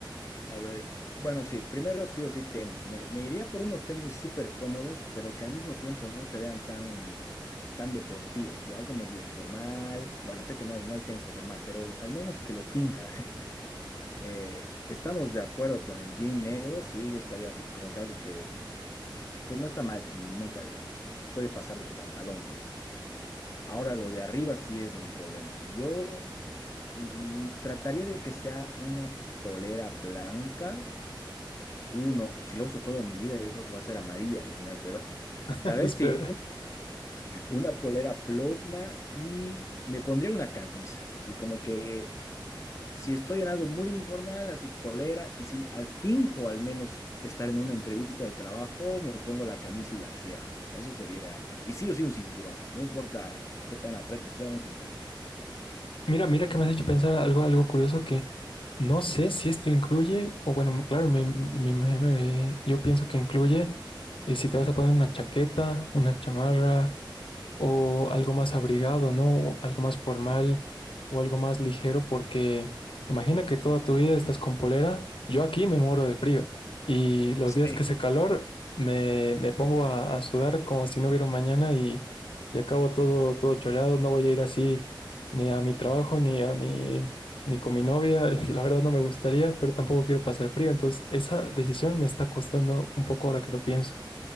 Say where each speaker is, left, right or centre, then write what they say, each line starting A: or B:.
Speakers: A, on the left; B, on the left.
A: A ver, bueno, sí, primero sí o sí tenis. Me, me iría por unos tenis súper cómodos, pero que al mismo tiempo no se vean tan, tan deportivos, así algo medio formal. Bueno, sé que no, hay- no hay tenis formal, pero al menos que lo finja. <laughs> Eh, estamos de acuerdo con el jean negro, sí, yo estaría así como que algo que, que no está mal nunca, digamos. Puede pasar de pantalón, digo. Ahora lo de arriba sí es mi problema. Yo mm, trataría de que sea una polera blanca uno, si lo uso toda mi vida, yo creo que va a ser amarilla al final, pero <laughs>
B: <laughs>
A: tal vez
B: Espera.
A: sí, un- una polera ploma y me pondría una camisa, así como que si estoy en algo muy informal, así polera, y si al finjo al menos estar en una entrevista de trabajo, me pongo la camisa y la cierro. Eso sería, y sí o sí un cinturón, no importa qué tan aprieto sea un cinturón.
B: Mira, mira que me has hecho pensar algo, algo curioso que no sé si esto incluye, o bueno, claro, me- me- me- me- yo pienso que incluye eh, si te vas a poner una chaqueta, una chamarra, o algo más abrigado, ¿no? O algo más formal o algo más ligero, porque imagina que toda tu vida estás con polera. Yo aquí me muero de frío y los
A: Sí.
B: días que hace calor me, me pongo a, a sudar como si no hubiera un mañana y, y acabo todo, todo choreado. No voy a ir así ni a mi trabajo ni a mi... Ni con mi novia, <laughs> la verdad no me gustaría, pero tampoco quiero pasar frío. Entonces, esa decisión me está costando un poco ahora que lo pienso.